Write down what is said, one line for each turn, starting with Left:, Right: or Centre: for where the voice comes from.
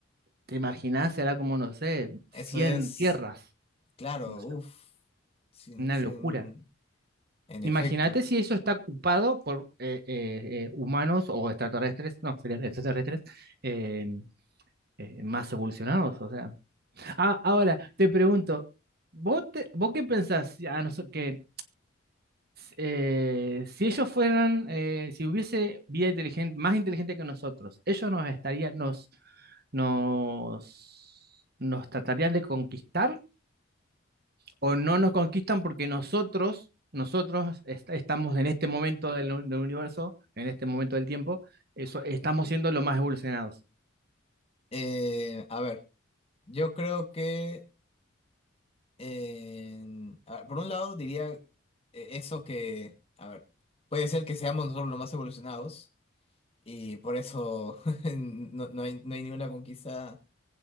Right: te imaginás, era como, no sé, cien
Left: eso es,
Right: tierras,
Left: claro,
Right: no sé,
Left: uf. Sin,
Right: una
Left: sin,
Right: locura.
Left: en
Right: Imagínate
Left: efecto.
Right: si eso está ocupado por eh, eh, eh, humanos o extraterrestres, no, serían extraterrestres eh, eh, más evolucionados, o sea. Ah, ahora, te pregunto, ¿vos, te- vos qué pensás si a noso- que eh, si ellos fueran, eh, si hubiese vida inteligente, más inteligente que nosotros, ellos nos estarían, nos, nos, nos tratarían de conquistar o no nos conquistan porque nosotros, nosotros est- estamos en este momento del, u- del universo, en este momento del tiempo, eso, estamos siendo los más evolucionados.
Left: Eh, a ver, yo creo que, en- a ver, por un lado diría eh, eso que, a ver, puede ser que seamos nosotros los más evolucionados y por eso <laughs> no, no hay, no hay ninguna conquista